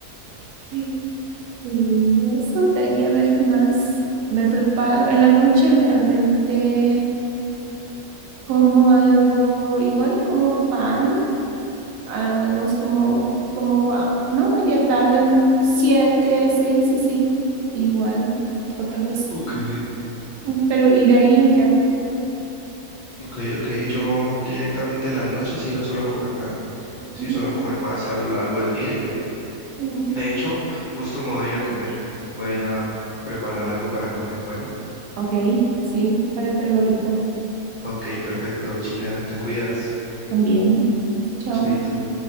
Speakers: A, on the right; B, on the left.
A: sí. Y eso, de ahí a ver qué más me preparo. En la noche generalmente como algo, igual como pan, ah, digamos como, como ah, no media tarde, un siete, seis, así, igual, o tal vez,
B: Ok,
A: y- y- pero y de ahí ya.
B: ok, ok. Yo directamente en las noches sí no suelo comer nada.
A: Mm,
B: Sí, solo comer más a lo largo del día y ya.
A: mm,
B: De hecho, justo me voy a ir a comer. Voy a ir a preparar algo para comer. Bueno,
A: Ok, sí, prepárate algo rico
B: ok, perfecto. Gina, te cuidas.
A: también. Chao.
B: Chaito.